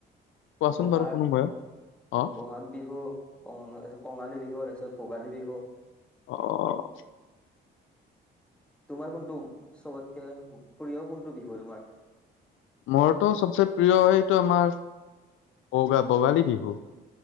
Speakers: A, on the left (about 80°); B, in the centre.
A: কোৱাচোন
B: বহাগ,
A: বাৰু শুনো ময়ো অ
B: বহাগ বিহু। ক তাৰপিছত কঙালী বিহু, তাৰ পিছত ভোগালী বিহু।
A: অ'।
B: তোমাৰ কোনটো চবতকে প্ৰিয় কোনটো বিহু তোমাৰ?
A: মোৰৰতো চবচে প্ৰিয় এইটো আমাৰ বগা ভোগালী বিহু।